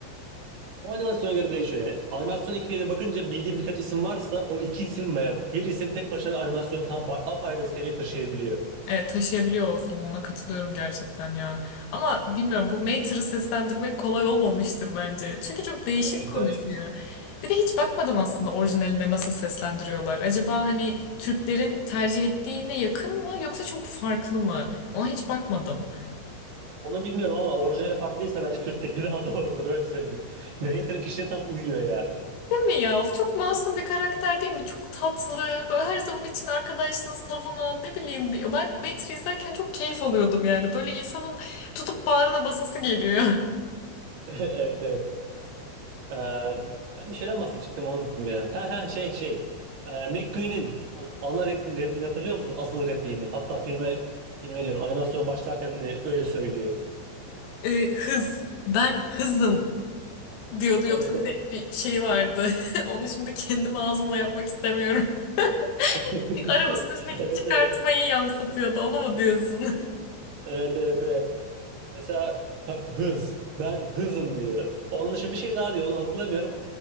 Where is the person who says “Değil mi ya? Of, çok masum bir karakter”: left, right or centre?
Left